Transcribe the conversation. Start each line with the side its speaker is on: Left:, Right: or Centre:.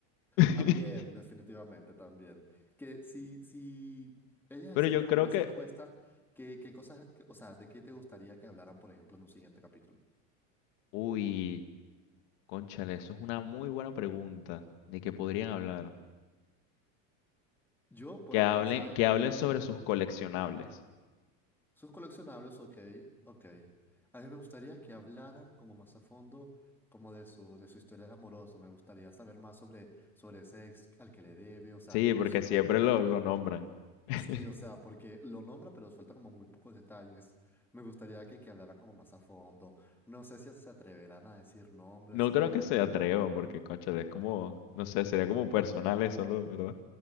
Left: <laughs>
Centre: También, definitivamente, también. Que si, si ellas
Left: Pero
Centre: hicieran
Left: yo
Centre: como
Left: creo
Centre: esa
Left: que...
Centre: encuesta, ¿qué, qué cosas, qué- o sea, de qué te gustaría que hablaran, por ejemplo, en un siguiente capítulo?
Left: Uy, cónchale, eso es una muy buena pregunta. ¿De qué podrían hablar?
Centre: Yo, por,
Left: Que hablen,
Centre: o sea,
Left: que hablen sobre sus coleccionables.
Centre: sus coleccionables, ok, ok. A mí me gustaría que hablaran como más a fondo, como de su, de su historia de amoroso. Me gustaría saber más sobre, sobre ese ex al que le debe, o sea,
Left: Sí,
Centre: cómo
Left: porque
Centre: es
Left: siempre lo, lo nombran. <laughs>
Centre: Sí, o sea, porque lo nombra, pero suelta como muy pocos detalles. Me gustaría que, que hablaran como más a fondo. No sé si se atreverán a decir nombres
Left: No
Centre: o
Left: creo
Centre: algo,
Left: que
Centre: pero
Left: se atrevan, porque, cónchale, es como... No sé, sería como personal eso, ¿no? ¿verdad?